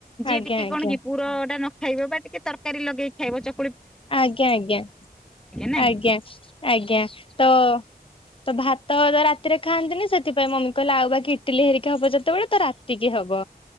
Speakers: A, in the centre; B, on the left (about 35°).
A: ଯିଏ
B: ଆଜ୍ଞା
A: ଟିକେ
B: ଆଜ୍ଞା
A: କଣ କି ପୁରଟା ନ ଖାଇବ ବା ଟିକେ ତରକାରୀ ଲଗେଇି ଖାଇବ ଚ
B: ଆଜ୍ଞା ଆଜ୍ଞା
A: ନାଇଁ
B: ଆଜ୍ଞା
A: କି
B: ଆଜ୍ଞା ତ ତ ଭାତ ରାତିରେ ଖାଆନ୍ତିନି ସେ ସେଥିପାଇଁ ମମି କହିଲା ଆଉ ବାକି ଇଟିଲି ହେରିକା ହବ ଯେତ୍ ସେତେବେଳେ ତ ରାତିକି ହବ